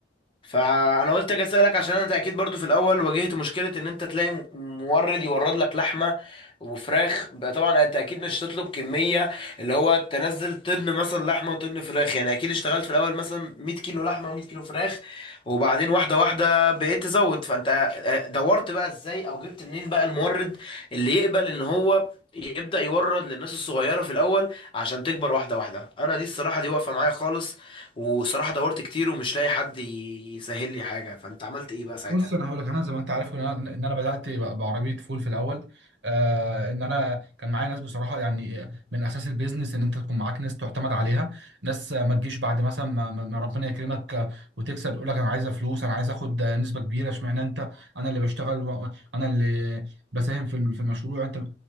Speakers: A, on the left (about 25°); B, on the right (about 70°).
A: فانا قلت اجي اسالك عشان انت اكيد برضو في الاول واجهت مشكله ان انت تلاقي م- مورد يورد لك لحمه وفراخ بقى طبعا انت اكيد مش هتطلب كميه اللي هو تنزل طن مثلا لحمه وطن فراخ يعني اكيد اشتغلت في الاول مثلا 100 كيلو لحمه و100 كيلو فراخ وبعدين واحده واحده بقيت تزود فانت آه، دورت بقى ازاي او جبت منين بقى المورد اللي يقبل ان هو يبدأ يورد للناس الصغيرة في الأول عشان تكبر واحدة واحدة أنا دي الصراحة دي واقفة معايا خالص وصراحة دورت كتير ومش لاقي حد يسهل لي حاجة فانت عملت ايه بقى ساعتها
B: بص انا هقول لك انا زي ما انت عارف ان انا إن أنا بدات ب- بعربيه فول في الاول آه ان انا كان معايا ناس بصراحه يعني من اساس البيزنس ان انت تكون معاك ناس تعتمد عليها ناس ما تجيش بعد مثلا ما, ما ما ربنا يكرمك وتكسب تقول لك انا عايزه فلوس انا عايز اخد نسبه كبيره اشمعنى انت انا اللي بشتغل و- انا اللي بساهم في الم- في المشروع انت